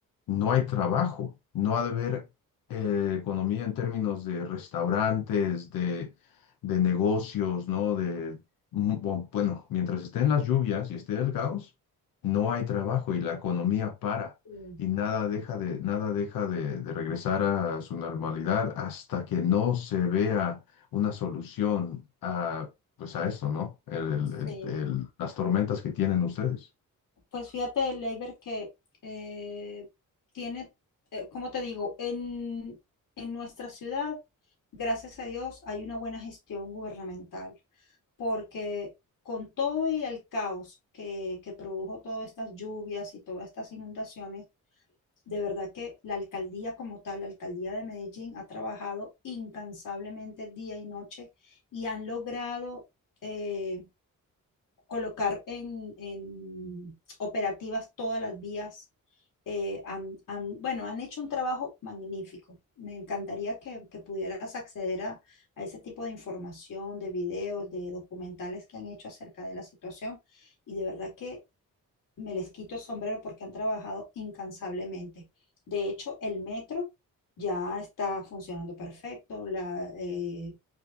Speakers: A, on the left (about 85°); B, on the left (about 65°).
A: no hay trabajo, no ha de haber eh, economía en términos de restaurantes, de, de negocios, ¿no? De, mu- o, bueno, mientras estén las lluvias y esté el caos, no hay trabajo y la economía para.
B: sí,
A: Y nada deja de, nada deja de, de regresar a su normalidad hasta que no se vea una solución a pues a esto, ¿no? El- el-
B: sí.
A: el- el- las tormentas que tienen ustedes.
B: Pues fíjate, Leiber, que eh, tiene, eh, como te digo, en, en nuestra ciudad, gracias a Dios, hay una buena gestión gubernamental, porque con todo y el caos que, que produjo todas estas lluvias y todas estas inundaciones, de verdad que la alcaldía como tal, la alcaldía de Medellín, ha trabajado incansablemente día y noche y han logrado... eh, colocar en, en operativas todas las vías. eh, han, han- bueno, han hecho un trabajo magnífico. Me encantaría que, que pudieras acceder a, a ese tipo de información, de videos, de documentales que han hecho acerca de la situación. Y de verdad que me les quito el sombrero porque han trabajado incansablemente. De hecho, el metro ya está funcionando perfecto. La, eh,